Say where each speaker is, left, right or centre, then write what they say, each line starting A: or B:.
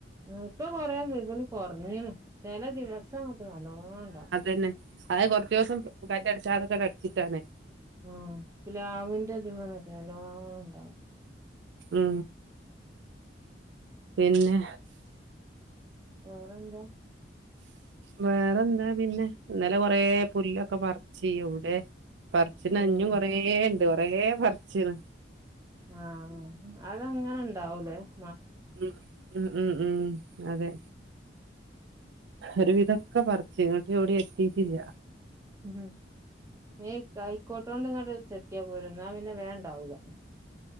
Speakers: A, on the right; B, on the right.
A: ആ ഇപ്പൊ കൊറേ വികല് കുറഞ്ഞു ചില ദിവസം അങ്ങോട്ട് വള്ളോണ്ട
B: പിന്നെ അത് കുറച്ച ദിവസം <unintelligible> അടിച്ചാതൊക്കെ അടിച്ചിട്ടാണ്
A: ആഹ ഇ ലാവിന്റെ അധമക്കെ ലവണ ഇണ്ടാവും
B: ആഹ പിന്നെ
A: വേറെന്താ
B: വേറെന്താ പിന്നെ ഇന്നലെ കൊറെ പുല്ലൊക്കെ പറിച്ചി എവിടെ പറച്ചിന
A: ഉം
B: അഞ്ഞും കൊറേ ഇണ്ട് കൊറേ പറച്ചന്
A: ആഹ അതങ്ങനെ ഇണ്ടാവലേ <unintelligible>
B: ഉം ഉം ഉം അതെ ഒരു വിതൊക്കെ പറച്ച് ഇങ്ങോട്ട് വിടെ എത്തിട്ടില്ല
A: ഉ ഈ കയിക്കോട്ടൊണ്ട് ചെത്തിയാ പോരും ന്നാ പിന്നെ വേഗണ്ടാവുല.